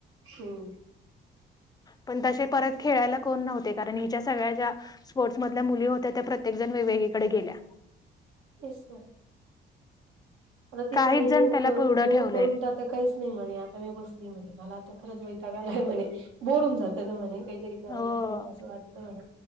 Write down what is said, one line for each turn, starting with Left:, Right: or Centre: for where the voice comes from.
Right: हम्म.
Left: पण तसे परत खेळायला कोण नव्हते कारण हिच्या सगळ्या ज्या स्पोर्ट्समधल्या मुली होत्या त्या प्रत्येक जण वेगवेगळीकडे गेल्या.
Right: तेच तर. आता ती
Left: काहीच
Right: म्हने
Left: जण
Right: एवढं
Left: त्याला
Right: करून
Left: पुढं
Right: एवढं
Left: ठेवलंय
Right: करून दा तर काहीच नाही म्हणे. आता मी बसली म्हणे. मला आता खरंच वैताक आलाय म्हणे. बोर होऊन जात गं म्हणे. काहीरी करायला
Left: हो.
Right: पाजे अस वाट म्हले